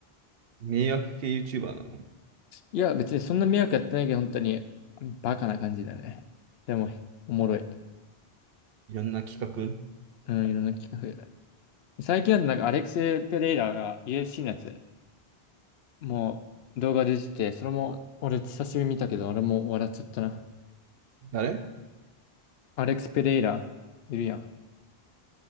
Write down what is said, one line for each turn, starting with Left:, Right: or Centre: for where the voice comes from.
Right: 迷惑系 YouTuber なの
Left: いや、別にそんな迷惑やってないけど、本当に、バカな感じだね。でも、おもろい。
Right: いろんな企画
Left: うん、いろんな企画。最近だとなんかアレックス・ペレイラが UFC のやつ、もう動画出てて、それも俺久しぶりに見たけど、俺も笑っちゃったな。
Right: 誰
Left: アレックス・ペレイラ、いるやん。